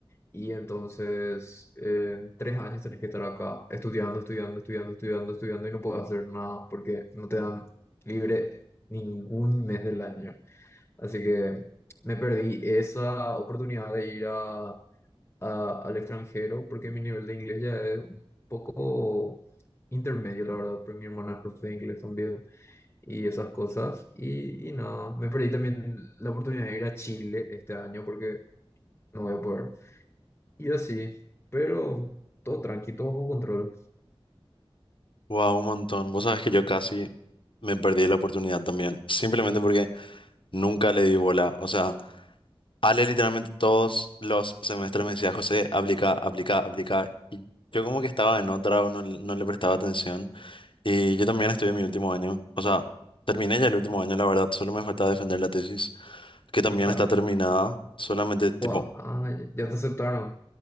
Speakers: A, on the left; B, on the left.
A: Y entonces, eh, en tres años tenés que estar acá estudiando, estudiando, estudiando, estudiando, estudiando y no puedes hacer nada porque no te dan libre ningún mes del año. Así que me perdí esa oportunidad de ir a- a- al extranjero porque mi nivel de inglés ya es un poco intermedio, la verdad, porque mi hermana es profe de inglés también y esas cosas. Y, y nada, me perdí también la oportunidad de ir a Chile este año porque no voy a poder. Y así, pero todo tranqui, todo bajo control.
B: Wow, un montón. Vos sabés que yo casi me perdí la oportunidad también, simplemente porque nunca le di bola. O sea, Ale literalmente todos los semestres me decía, José, aplica, aplica, aplica. Y yo como que estaba en otra o no, le- no le prestaba atención. Y yo también estoy en mi último año. O sea, terminé ya el último año, la verdad. Solo me faltaba defender la tesis, que también
A: Hija,
B: está terminada. Solamente, tipo,
A: Gua- ah, ya te aceptaron.